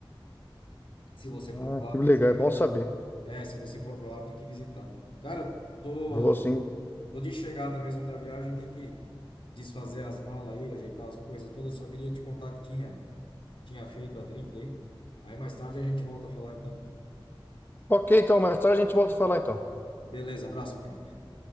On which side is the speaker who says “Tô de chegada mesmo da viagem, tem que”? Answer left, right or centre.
Left